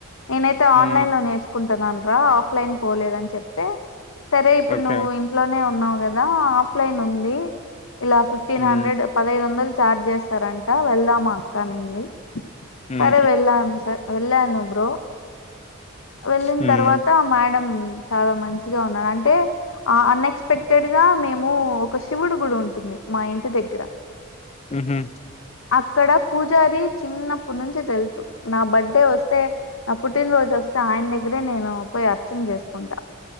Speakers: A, on the left; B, on the left.
A: నేనైతే
B: హ్మ్
A: ఆన్లైన్ లో నేర్చుకుంటున్నాను రా ఆఫ్లైన్ పోలేదని చెప్తే సరే ఇప్పుడు
B: ఓకే
A: నువ్వు ఇంట్లోనే ఉన్నావు కదా ఆఫ్లైన్ ఉంది ఇలా ఫిఫ్టీన్
B: హ్మ్
A: హండ్రెడ్ పదహైదు వందలు చఛార్జ్ చేస్తారంట వెళ్దామా అక్క నింది
B: హ్మ్
A: సరే వెళ్ళాను స వెళ్ళాను బ్రో వెళ్ళిన
B: హ్మ్
A: తర్వాత మేడం చాలా మంచిగా ఉన్నా అంటే ఆ అన్ఎక్స్పెక్టెడ్ గా మేము ఒక శివుడు గుడి ఉంటుంది మా ఇంటి దగ్గర
B: హుహు
A: అక్కడ పూజారి చిన్నప్పుడు నుంచి తెలుసు నా బర్త్డే వస్తే ఆ పుట్టినరోజు వస్తే ఆయన దగ్గరే నేను పోయి అర్చన చేసుకుంటా